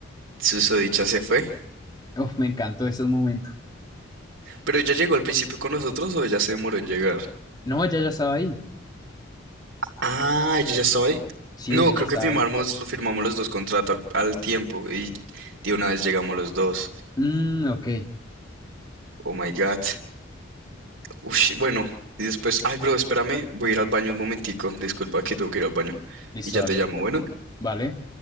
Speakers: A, on the right; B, on the left.
A: susodicha se fue,
B: Uf, me encantó esos momentos.
A: pero ella llegó al principio con nosotros o ella se demoró en llegar.
B: No, ella ya estaba ahí.
A: Ah, yo ya estaba
B: Sí,
A: No,
B: ella ya
A: creo
B: estaba
A: que firmamos,
B: ahí.
A: lo firmamos los dos contratos al, al tiempo y de una vez llegamos los dos.
B: Mm, ok,
A: Oh my God. Ush, bueno, y después, ay, bro, espérame, voy a ir al baño un momentico. Disculpa que tengo que ir al baño.
B: listo,
A: Y ya
B: dale.
A: te llamo, bueno.
B: Vale.